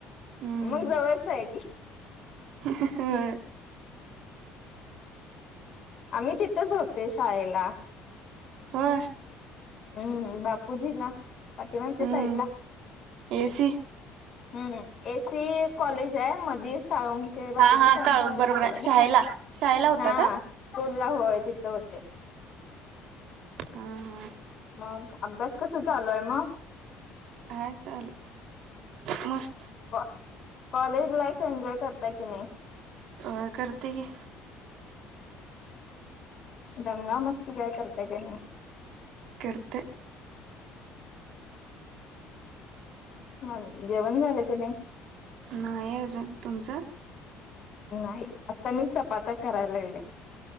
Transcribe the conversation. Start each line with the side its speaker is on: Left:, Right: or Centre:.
Right: हम्म
Left: मग जवळच आहे.
Right: <unintelligible>
Left: आम्ही तिथच होते शाळेला.
Right: होय
Left: हम्म बापूजीला पाटिमागच्या
Right: हम्म
Left: साईड ला.
Right: एसी
Left: हम् एसी कॉलेज आहे मध साळंग बापूजी
Right: हा हा
Left: साळुंखे
Right: काळू
Left: हायस्कूल
Right: बरोबर
Left: आहे ना
Right: शाळेला शाळेला होता
Left: हा
Right: का?
Left: स्कूल ला होय तिथं होते.
Right: हा हा
Left: मग अभ्यास कसा चालूय मग?
Right: काय चालू मस्त.
Left: कॉलेज लाईफ एन्जॉय करता की नाही?
Right: अ करते की.
Left: दंगा मस्ती काय करताय का नाही?
Right: करतय.
Left: ह जेवण झालं का नाही?
Right: नाही अजून तुमचं?
Left: नाही आता मी चपात्या करायला लागले.